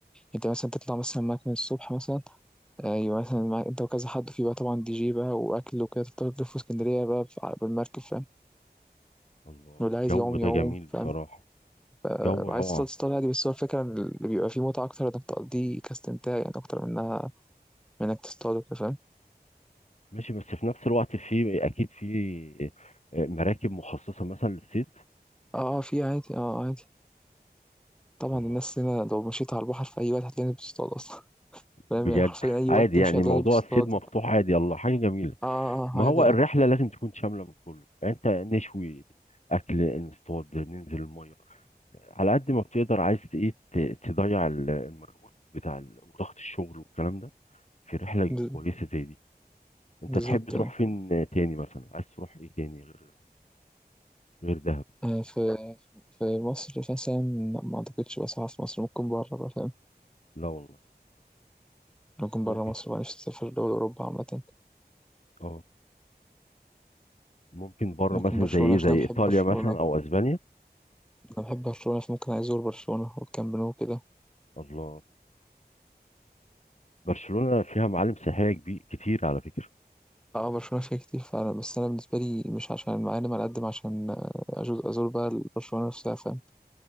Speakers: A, in the centre; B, on the left.
A: انت مثلا تطلع مثلا معاك من الصبح مثلا ايوه مثلا معاك انت وكذا حد في بقى طبعا دي جي بقى واكل وكده تفضل تلف في اسكندريه بقى في- بالمركب فاهم
B: الله
A: واللي عايز
B: الجو
A: يعوم
B: ده
A: يعوم
B: جميل بصراحه
A: فاهم ف-
B: جو
A: وعايز
B: روعه
A: تصطاد تصطاد عادي بس هو الفكره إن اللي بيبقى فيه متعه اكتر انك تقضيه كاستمتاع يعني اكتر منها من انك تصطاد وكده فاهم
B: ماشي بس في نفس الوقت في اكيد في مراكب مخصصه مثلا للصيد
A: اه اه في عادي اه آه، عادي طبعا
B: الله
A: الناس هنا لو مشيت على البحر في اي وقت هتلاقي الناس بتصطاد اصلا فاهم
B: بجد
A: يعني حرفيا أي
B: عادي
A: وقت تمشي
B: يعني
A: هتلاقيك
B: موضوع
A: بتصطاد
B: الصيد مفتوح عادي الله حاجه جميله
A: آه آه آه،
B: ما
A: عادي
B: هو الرحله
A: آه.
B: لازم تكون شامله من كله يعني انت نشوي اكل نصطاد ننزل الميه على قد ما بتقدر عايز ايه ت- تضيع ال- المجهود بتاع ضغط الشغل والكلام ده في رحله
A: ب-
B: كويسه زي دي انت
A: بالظبط
B: تحب تروح
A: آه
B: فين تاني مثلا عايز تروح ايه تاني غير غير دهب
A: آه، في في مصر مثلا لا، ما أعتقدش بقى ساعة في مصر ممكن بره بقى فاهم
B: لا والله
A: ممكن
B: ممكن
A: بره مصر بقى نفسي أسافر دول أوروبا عامة
B: اه ممكن بره
A: ممكن
B: مثلا
A: برشلونة
B: زي ايه
A: عشان
B: زي
A: أنا بحب
B: ايطاليا
A: برشلونة
B: مثلا او اسبانيا
A: أنا بحب برشلونة فممكن عايز أزور برشلونة والكامب نو كده
B: الله برشلونة فيها معالم سياحية كبير كتير على فكرة
A: اه برشلونة فيها كتير فعلا بس أنا بالنسبة لي مش عشان معالم على قد ما عشان آه، أزور أزور بقى برشلونة نفسها فاهم